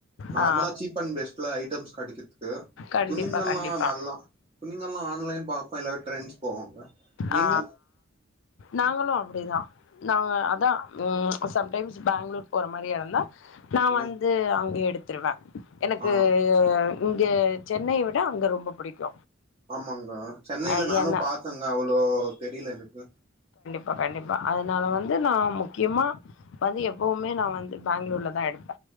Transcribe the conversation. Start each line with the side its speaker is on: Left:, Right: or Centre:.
Right: நார்மலா
Left: ஆ
Right: சீப் அண்ட் பெஸ்ட் <unintelligible> கிடைக்றதுக்கு
Left: கண்டிப்பா
Right: துணிகள்லாம்
Left: கண்டிப்பா
Right: நல்லா துணிங்கல்லா ஆ <unintelligible> பாப்பா எல்லாரு ட்ரெண்ட்ஸ் போவோல நீங்க
Left: ஆ நாங்களு அப்படிதா நாங்க அதா ம் ப்ப சம்டைம்ஸ் பேங்ளூர் போற மாரிய இருந்தா நா
Right: ம்
Left: வந்து அங்க எடுத் துருவா எனக்கு
Right: ஆ
Left: இங்க சென்னை விட அங்க ரொம்ப புடிக்கு
Right: ஆமாங்க சென்னையில
Left: அ
Right: நானு
Left: ஏன்னா
Right: பாத்தங்க அவ்ளோ தெரியல எனக்கு
Left: பா கண்டிப்பா அதனால வந்து நா முக்கியமா வந்து எப்பவுமே நா வந்து பெங்களூர்ல தா எடுப்